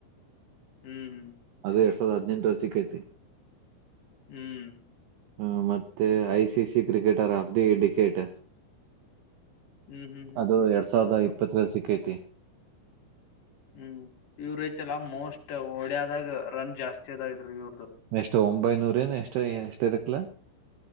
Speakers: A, on the left; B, on the right.
A: ಹ್ಮ್ ಹ್ಮ್
B: ಅದು ಎರಡ್ ಸಾವಿರದ ಹದ್ಿನಂರ ಸಿಕ್ಕೈತಿ
A: ಹ್ಮ್
B: ಹ ಮತ್ತೆ ICC cricketer of the decade
A: ಹ್ಮ್ ಹ್ಮ್ ಹ್ಮ್
B: ಅದು
A: ಹ್ಮ್
B: ಎರಡ್ ಸಾವಿರದ
A: ಹೌದು
B: ಇಪ್ಪತ್ತರಲ್ಲಿ ಸಿಕ್ಕೈತಿ
A: ಹ್ಮ ಇವ್ರ ಐತೆಲ್ಲ ಮೋಸ್ಟ್ ಓಡ್ಯಾದಾಗ ರನ್ ಜಾಸ್ತಿ ಅದ ಇದ್ರು ಇವ್ರ
B: ಎಷ್ಟು ಒಂಬೈನೂರ ಏನ್ ಎಷ್ಟು ಎಷ್ಟ ಇರಕ್ಲಾ.